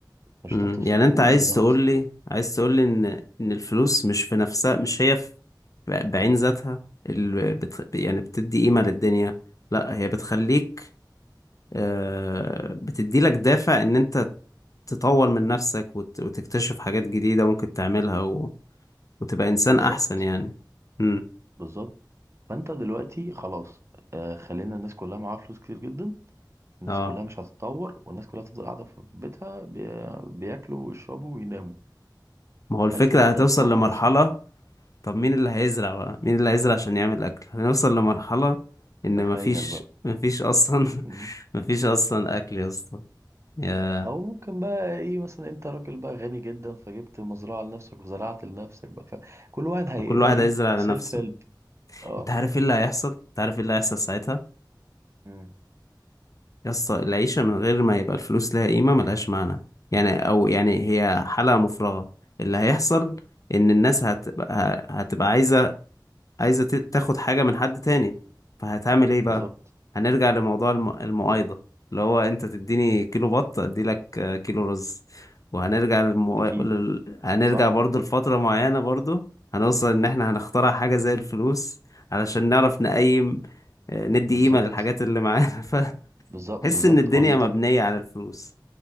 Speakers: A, on the right (about 35°); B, on the left (about 45°).
A: مش
B: أمم،
A: هتعرف توصل
B: يعني
A: لكل
B: انت عايز
A: ده
B: تقول
A: اصلا
B: لي عايز تقول لي ان ان الفلوس مش في نفسها مش هي في ب- بعين ذاتها اللي بت يعني بتدي قيمة للدنيا لا هي بتخليك آه بتدي لك دافع ان انت تطور من نفسك وت وتكتشف حاجات جديدة ممكن تعملها و وتبقى انسان
A: بالظبط
B: احسن يعني امم
A: بالظبط فانت دلوقتي خلاص آه، خلينا الناس كلها معاها فلوس كتير جدا الناس
B: اه
A: كلها مش هتتطور والناس كلها تفضل قاعده في بيتها بي- بياكلوا ويشربوا ويناموا
B: ما هو الفكرة
A: هل في حد
B: هتوصل
A: هيتطور
B: لمرحلة
A: اصلا
B: طب مين اللي هيزرع بقى مين اللي هيزرع عشان يعمل أكل هنوصل لمرحلة إن
A: تخيل
B: مفيش
A: بقى
B: مفيش أصلا
A: مم.
B: <laughs> مفيش أصلا أكل يا اسطى يا
A: او ممكن بقى ايه مثلا انت راجل بقى غني جدا فجبت مزرعه لنفسك وزرعت لنفسك بقى فكل واحد هيبقى
B: كل واحد
A: ايه
B: هيزرع لنفسه
A: سيلف هيلب اه
B: أنت عارف إيه اللي هيحصل أنت عارف إيه اللي هيحصل ساعتها
A: مم.
B: يا اسطى العيشة من غير ما يبقى الفلوس لها قيمة ملهاش معنى يعني أو يعني هي حلقة مفرغة اللي هيحصل إن الناس هتبقى هتبقى عايزة عايزة ت- تاخد حاجة من حد تاني فهتعمل ايه بقى
A: بالظبط
B: هنرجع لموضوع الم... المقايضة اللي هو انت تديني كيلو بط اديلك آه، كيلو رز وهنرجع للمو...
A: اكيد
B: لل... هنرجع
A: صح
B: برضو لفترة معينة برضو هنوصل ان احنا هنخترع حاجة زي الفلوس علشان نعرف نقيم آه، ندي
A: بالظبط
B: قيمة للحاجات اللي معانا <laughs> فتحس
A: بالظبط بالظبط
B: ان الدنيا
A: هو انت
B: مبنية على الفلوس